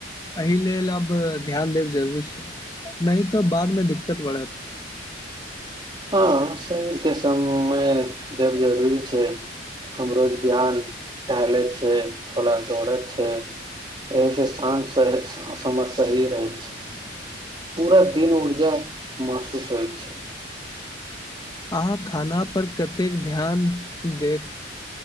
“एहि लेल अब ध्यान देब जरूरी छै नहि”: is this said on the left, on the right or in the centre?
Left